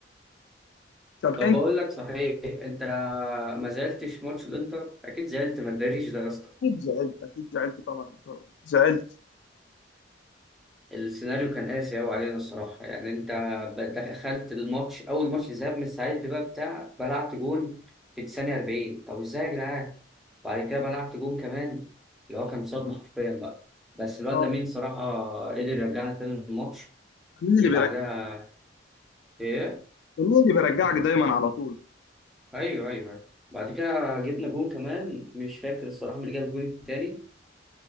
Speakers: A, on the left; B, in the centre.
A: طب
B: طب
A: انت
B: بقول لك صحيح انت ما زعلتش ماتش الانتر اكيد زعلت ما تداريش ده يا اسطى
A: اكيد زعلت اكيد زعلت طبعا طبعا زعلت
B: السيناريو كان قاسي أوي علينا الصراحة يعني أنت ب- دخلت الماتش أول ماتش ذهاب مستعد بقى بتاع بلعت جون في الثانية 40 طب إزاي يا جدعان؟ وبعد كده بلعت جون كمان اللي هو كان صدمة حرفيا بقى بس الواد
A: اه
B: لامين صراحة قدر يرجعنا تاني الماتش
A: مين
B: ويبعدها
A: اللي بيرجع
B: إيه؟
A: مين اللي بيرجعك دايما على طول
B: أيوه أيوه أيوه بعد كده جبنا جون كمان مش فاكر الصراحة مين اللي جاب الجون التاني